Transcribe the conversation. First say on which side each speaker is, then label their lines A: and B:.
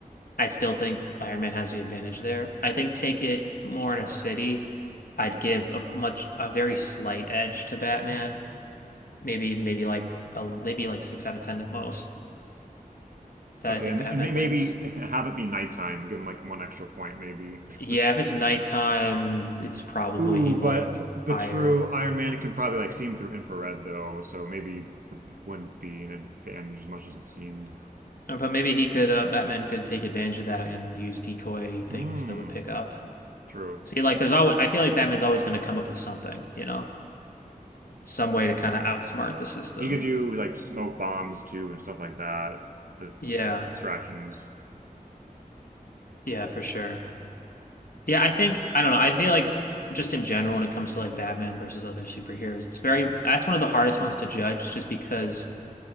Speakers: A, on the left (about 75°); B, on the right (about 70°).
A: I still think Iron Man has the advantage there. I think take it more in a city, I'd give a much a very slight edge to Batman. Maybe maybe like a maybe like six out of ten at most that
B: Okay,
A: I think
B: and,
A: Batman
B: and may-
A: wins.
B: maybe <laughs> have it be nighttime, give him like one extra point, maybe.
A: Yeah,
B: <laughs>
A: if it's nighttime, it's probably
B: Ooh,
A: like
B: but, but but
A: higher.
B: true, Iron Man could probably like see him through infrared though, so maybe it wouldn't be an advantage as much as it seemed.
A: Uh, But maybe he could uh, Batman could take advantage of that and use decoy things
B: Hmm.
A: that would pick up.
B: True.
A: See, like there's always I feel like Batman's always going to come up with something, you know, some way to kind of outsmart the system.
B: He could do like smoke bombs too and stuff like that. The
A: Yeah.
B: distractions.
A: Yeah, for sure. Yeah, I think I don't know. I feel like just in general when it comes to like Batman versus other superheroes, it's very that's one of the hardest ones to judge just because